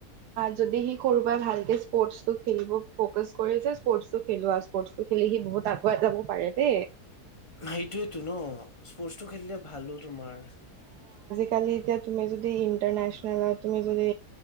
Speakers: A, on the right (about 80°); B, on the left (about 25°).
A: যদি সি সৰু পৰাই ভালকে স্পৰ্টচটো খেলিব ফকাচ কৰিছে স্পৰ্টচটো খেলো আৰু স্পৰ্টচ টো খেলি সি বহুত আগুৱাই যাব পাৰে দেই।
B: সেইটোয়েতো ন স্পৰ্টচটো খেলিলে ভালো তোমাৰ।
A: কালি তুমি এতিয়া যদি ইন্টাৰনেচনেলত তুমি যদি